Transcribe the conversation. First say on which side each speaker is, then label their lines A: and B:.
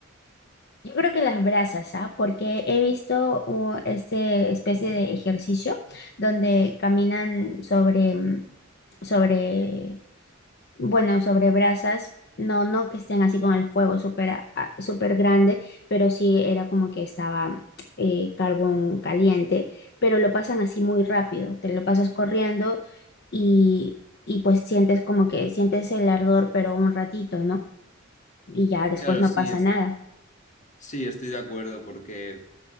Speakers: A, on the left; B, on the left.
A: Yo creo que las brasas, ¿ah? Porque he visto uh, este especie de ejercicio donde caminan sobre, mm, sobre, bueno, sobre brasas. No, no que estén así con el fuego súper a- a- súper grande, pero sí era como que estaba eh, carbón caliente, pero lo pasan así muy rápido. Te lo pasas corriendo y, y pues sientes como que sientes el ardor, pero un ratito, ¿no? Y ya después
B: Claro,
A: no
B: sí,
A: pasa nada.
B: Sí, estoy de acuerdo, porque